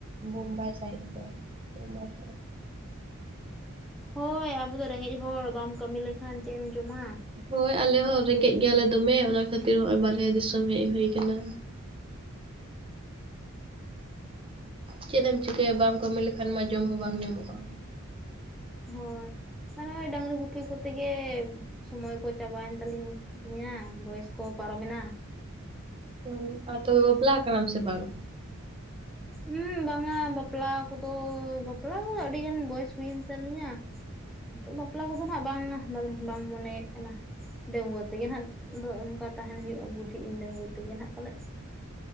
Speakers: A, on the right (about 25°); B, in the centre.
A: ᱵᱳᱢᱵᱟᱭ ᱥᱟᱭᱤᱰ ᱠᱚ ᱵᱳᱢᱵᱟᱭ ᱥᱟᱭᱤᱰ
B: ᱚ ᱦᱚᱭ ᱟᱵᱚ ᱫᱚ ᱨᱮᱸᱜᱮᱡ ᱦᱚᱲ ᱵᱟᱢ ᱠᱟᱹᱢᱤ ᱞᱮᱠᱷᱟᱱ ᱪᱮᱫ ᱮᱢ ᱡᱚᱢᱟ
A: ᱦᱳᱭ ᱟᱞᱮ ᱦᱚᱸ ᱨᱮᱸᱜᱮᱡ ᱜᱮᱭᱟᱞᱮ ᱫᱚᱢᱮ ᱚᱱᱟ ᱠᱷᱟᱹᱛᱤᱨ ᱦᱚᱸᱜᱚᱭ ᱵᱟᱨᱦᱮ ᱫᱤᱥᱚᱢ ᱦᱮᱡ ᱦᱩᱭ ᱠᱟᱱᱟ
B: ᱻ
A: ᱪᱮᱫ ᱮᱢ ᱪᱤᱠᱟᱹᱭᱟ ᱵᱟᱢ ᱠᱟᱹᱢᱤ ᱞᱮᱠᱷᱟᱱ ᱢᱟ ᱡᱚᱢ ᱦᱚᱸ ᱵᱟᱝ ᱧᱟᱢᱚᱜᱼᱟ
B: ᱦᱳᱭ ᱟᱨ ᱱᱚᱜᱼᱚᱭ ᱰᱟᱹᱝᱨᱤ ᱜᱩᱯᱤ ᱠᱚᱛᱮ ᱜᱮ ᱥᱚᱢᱚᱭ ᱠᱚ ᱪᱟᱵᱟᱭᱮᱱ ᱛᱟᱹᱞᱤᱧ ᱵᱚᱭᱮᱥ ᱠᱚᱦᱚᱸ ᱯᱟᱨᱚᱢ ᱮᱱᱟ
A: ᱛᱚ ᱟᱫᱚ ᱵᱟᱯᱞᱟ ᱠᱟᱱᱟᱢ ᱥᱮ ᱵᱟᱝ
B: ᱦᱩᱸ ᱵᱟᱝᱟ ᱵᱟᱯᱞᱟ ᱠᱚᱫᱚ ᱵᱟᱯᱞᱟ ᱠᱚᱫᱚ ᱟᱹᱰᱤ ᱜᱟᱱ ᱵᱚᱭᱮᱥ ᱦᱩᱭᱮᱱ ᱛᱟᱞᱤᱧᱟ ᱱᱤᱛᱚᱜ ᱵᱟᱯᱞᱟ ᱠᱚᱫᱚ ᱱᱟᱜ ᱵᱟᱝᱟ ᱵᱟᱝ ᱢᱚᱱᱮᱭᱮᱫ ᱠᱟᱱᱟ ᱰᱟᱝᱣᱟᱹ ᱛᱮᱜᱮ ᱱᱟᱦᱟᱜ ᱫᱚ ᱚᱱᱠᱟ ᱛᱟᱦᱮᱱ ᱦᱩᱭᱩᱜᱼᱟ ᱵᱩᱰᱷᱤᱜ ᱤᱧ ᱰᱟᱺᱝᱣᱟᱹ ᱛᱮᱜᱮ ᱱᱟᱦᱟᱜ ᱯᱟᱞᱮᱫ